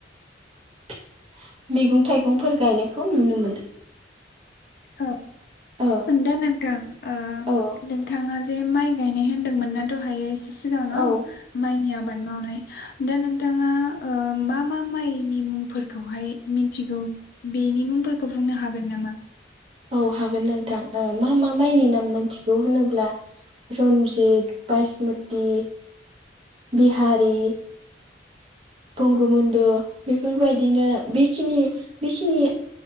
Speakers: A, on the right (about 35°); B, on the left (about 55°).
A: फिथ मैगं थाइगंफोर गायनायखौ नुनो मोनो।
B: औ
A: औ
B: दा नोंथां ओ
A: औ
B: नोंथाङा जे माइ गायनाय होनदोंमोन ना दहायो। सिगाङाव
A: औ
B: माइनि आबाद मावनाय दा नोंथाङा ओ मा मा माइनि मुंफोरखौहाय मिथिगौ? बेनि मुंफोरखौ बुंनो हागोन नामा?
A: औ हागोन नोंथां अओ मा मा माइनि नाम मोनथिगौ होनोब्ला रन्जित, बायसमति, बिहारि बंग बन्दु बेफोरबायदिनो बेखिनि बेखिनि